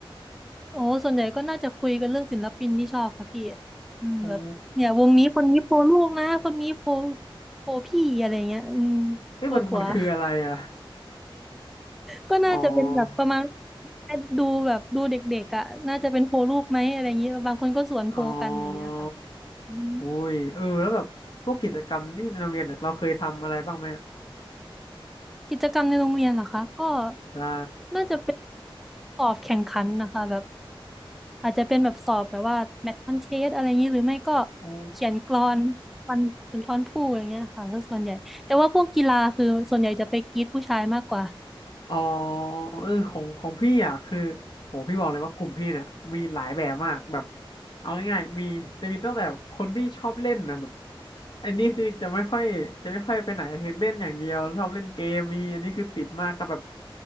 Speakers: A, in the centre; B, on the left.
A: โอ้ส่วนใหญ่ก็น่าจะคุยกันเรื่องศิลปินที่ชอบค่ะพี่อืมแบบเนี่ยวงนี้คนนี้โปรลูกนะคนนี้โปร
B: โอ้
A: โปรพี่อะไรเงี้ยอืม
B: เอ้ยมันมันคืออะไรอะ
A: โปรผัว <laughs> ก็น่าจะเป็นแบบประมาณ
B: อ๋อ
A: ดูแบบดูเด็กๆอ่ะน่าจะเป็นโปรลูกไหมอะไรอย่างเงี้ยบางคนก็สวนโพลกันอย่างเงี้ยค่ะ
B: อ๋อ
A: อืม
B: อุ้ยเออแล้วแบบพวกกิจกรรมที่ในโรงเรียนเนี่ยเราเคยทำอะไรบ้างไหมอะ
A: กิจกรรมในโรงเรียนเหรอคะก็
B: ใช่
A: น่าจะเป็นสอบแข่งขันนะคะแบบ อาจจะเป็นแบบสอบแบบว่าแมทคอนเทสอะไรอย่างนี้หรือไม่ก็
B: อ๋อ
A: เขียนกลอนวันสุนทรภู่อย่างเงี้ยค่ะก็ส่วนใหญ่แต่ว่าพวกกีฬาคือส่วนใหญ่จะไปกรีดผู้ชายมากกว่า
B: อ๋อเออของของพี่อ่ะคือโหพี่บอกเลยว่ากลุ่มพี่เนี่ยมีหลายแบบมากแบบเอาง่ายๆมีจะมีตั้งแต่คนที่ชอบเล่นนะแบบอันนี้คือจะไม่ค่อยจะไม่ค่อยไปไหนคือเล่นอย่างเดียวชอบเล่นเกมมีอันนี้คือติดมากครับแบบ